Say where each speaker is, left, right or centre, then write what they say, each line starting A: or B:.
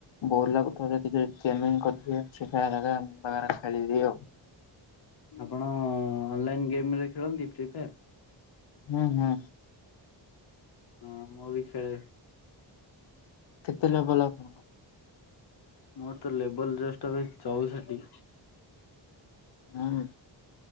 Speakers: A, on the left (about 80°); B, on the left (about 55°).
A: ବୋର୍ ଲାଗୁଥିଲେ ଟିକେ ଗେମ କରିଦିଏ <unintelligible> ଖେଳିଦିଏ ଆଉ।
B: ଆପଣ ଅନଲାଇନ୍ ଗେମ ରେ ଖେଳନ୍ତି ଫ୍ରି ଫାୟାର୍?
A: ହୁଁ ହୁଁ।
B: ହଁ ମୁଁ ବି ଖେଳେ।
A: କେତେ ଲେଭଲ୍ ଅପ୍
B: ମୋର ତ ଲେବଲ ଜଷ୍ଟ ଏବେ ଚଉଷଠି।
A: ହଁ।